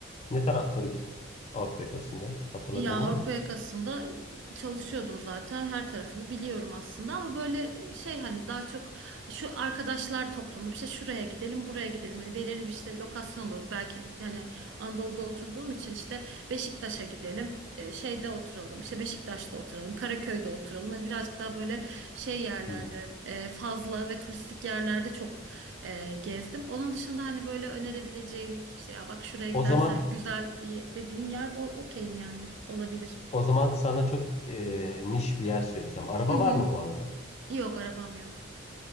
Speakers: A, on the left; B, on the right.
A: Ne tarafları gittin Avrupa yakasında? Hatırladığın
B: Ya Avrupa
A: var mı?
B: yakasında e, çalışıyordum zaten. Her tarafını biliyorum aslında ama böyle e, şey hani daha çok şu arkadaşlar toplanıp işte şuraya gidelim, buraya gidelim. Hani belirli bir işte lokasyon olur. Belki bir- hani Anadolu'da oturduğum için işte Beşiktaş'a gidelim. e, Şeyde oturalım. işte Beşiktaş'ta oturalım. Karaköy'de oturalım. Hani birazcık daha böyle şey yerlerde
A: Hmm.
B: e, fazla ve turistik yerlerde çok e, gezdim. Onun dışında hani böyle önerebileceğin işte ya bak şuraya gidersen
A: O zaman
B: güzel bir dediğin yer o okeyim yani olabilir.
A: o zaman sana çok e, niş bir yer söyleyeceğim. Araba
B: Hı hı.
A: var mı bu arada?
B: Yok arabam yok.